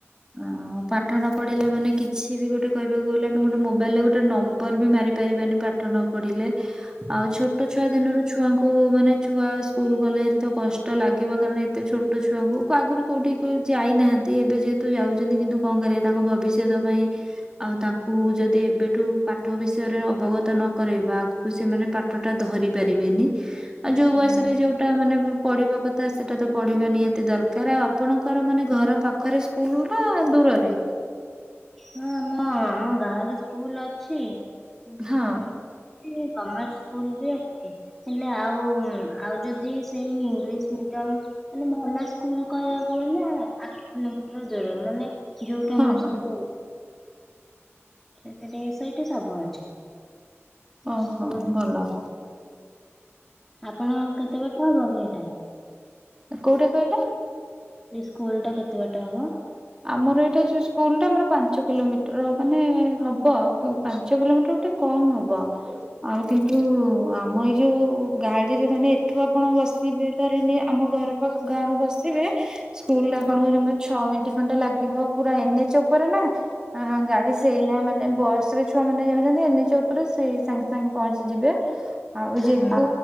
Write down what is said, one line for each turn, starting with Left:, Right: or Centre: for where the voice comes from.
Right: ହଁ ପାଠ ନ ପଢ଼ିଲେ ମାନେ କିଛି ବି ଗୋଟେ କହିବାକୁ ଗଲେ ଆମେ ଗୋଟେ ମୋବାଇଲରେ ଗୋଟେ ନମ୍ବର ବି ମାରିପାରିବାନି ପାଠ ନ ପଢିଲେ ଆଉ ଛୋଟ ଛୁଆ ଦିନରୁ ଛୁଆଙ୍କୁ ମାନେ ଛୁଆ ସ୍କୁଲ ଗଲେହାରିତ ତ କଷ୍ଟ ଲାଗିବ କାରଣ ଏତେ ଛୋ ଟ ଛୁଆଙ୍କୁ ଆଗରୁ କୋଉଠି ଯାଇନାହା ଏବେ ଯେହେତୁ ଯାଉଛନ୍ତି କିନ୍ତୁ କଣ କରିବା ତାଙ୍କ ଭବିଷ୍ୟତ ପାଇଁ ଆଉ ତାଙ୍କୁ ଯଦି ଏବେଠୁ ପାଠ ବିଷୟରେ ଅବଗତ ନକରେଇବା କୁ ସେମାନେ ପାଠ ଟା ଧରି ପାରିବେନି ଆଉ ଯୋଉ ବୟସରେ
Centre: ହଁ
Right: ଯୋଉ ମାନେ ପଢିବା କଥା ସେଟା ତ ପଢିବା ନିହାତି ଦରକାର ଆଉ ଆପଣଙ୍କର ମାନେ ଘର ପା ପାଖରେ ସ୍କୁଲ ନା ଦୂରରେ?
Centre: ହଁ ଆମ ଆମ ଗାଁ ରେ ସ୍କୁଲ ଅଛି
Right: ହଁ।
Centre: ଶିଶୁ ମନ୍ ଗଭଣମେଣ୍ଟ ସ୍କୁଲ ବି ଏମତି। ହେଲେ ଆଉ ଆଉ ଯଦି ସେଇ ଇଂଲିଶ ମିଡିୟମ ମାନେ ଭଲ ସ୍କୁଲ କହିବା କ ଗଲା ଆଠ କିଲୋମିଟର ଦୂରରେ ମାନେ ଯୋଉଠୁ
Right: ହଁ
Centre: ଆମର
Right: ହଁ
Centre: ସବୁ ସେଇଠି ସବୁ ଅଛି।
Right: ଓହୋ
Centre: ସ୍କୁଲ
Right: ଭଲ।
Centre: ଆପଣଙ୍କ କେତେ ବାଟ ହବ ଏଇଟା?
Right: କୋଉଟା କହିଲ?
Centre: ସେ ସ୍କୁଲ ଟା କେତେ ବାଟ ହବ?
Right: ଆମର ଏଇଟା ଯୋଉ ସ୍କୁଲ ଟା ଆମର ପାଞ୍ଚ କିଲୋମିଟର ମାନେ ହବ ଆଉ ପାଞ୍ଚ କିଲୋମିଟର ଗୋଟେ କମ୍ ହବ। ଆଉ କିନ୍ତୁ ଆମ ଏଇ ଯୋଉ ଗାଡିରେ ମାନେ ଏଠୁ ଆପଣ ବସିବେ ଧରିନିଅ ଆମ ଘର ତ ଗାଁରୁ ବସିବେ ସ୍କୁଲରେ ଆପଣଙ୍କୁ ଜମା ଛଅ ମିଣ୍ଟି ଘଣ୍ଟା ଲାଗିବ ପୁରା ଏନ୍ ଏଚ ଉପରେ ନା ହଁ ଗାଡି ସେଇ ନା ମାନେ ବସରେ ଛୁଆ ମାନେ ଯାଉଛନ୍ତି ଏନ ଏଚ ଉପରେ ସେଇ ସାଙ୍ଗେ ସାଙ୍ଗେ ପହଞ୍ଚିଯିବେ। ଆଉ ଯେହେତୁ
Centre: ହୁଁ